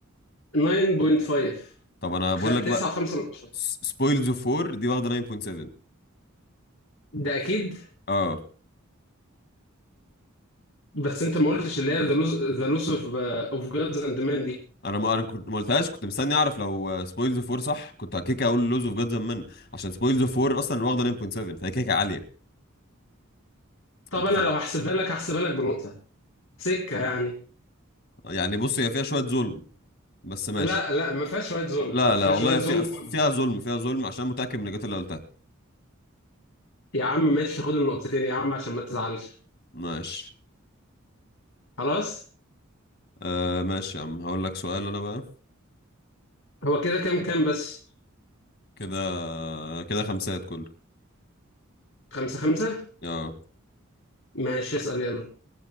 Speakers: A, on the left; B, on the left.
A: 9.5
B: طب انا بقول
A: خ...
B: لك
A: تسعة
B: بقى
A: وخمسة من عشرة
B: سبويلز اوف 4 دي واخده 9.7
A: ده أكيد
B: اه
A: بس أنت ما قلتش اللي هي ذا لوس أوف أوف جادز أند مان دي
B: انا ما انا كنت ما قلتهاش كنت مستني اعرف لو سبويلز اوف 4 صح كنت كيكه اقول لوز اوف جاد زمان عشان سبويلز اوف 4 اصلا واخده 9.7 فهي كيكه عاليه
A: طب
B: انت
A: أنا
B: ف...
A: لو هحسبها لك هحسبها لك بنقطة سكة يعني
B: يعني بص هي فيها شويه ظلم بس ماشي
A: لا لا ما فيهاش رايت زون
B: لا
A: ما فيهاش
B: لا والله
A: رايت زون
B: فيها فيها
A: خالص
B: ظلم فيها ظلم عشان متاكد من الإجابات اللي قلتها
A: يا عم ماشي خد النقطتين يا عم عشان ما تزعلش
B: ماشي
A: خلاص
B: آه ماشي يا عم هقول لك سؤال انا بقى
A: هو كده كام كام بس
B: كده كده خمسات كله
A: خمسة خمسة
B: اه
A: ماشي اسأل يلا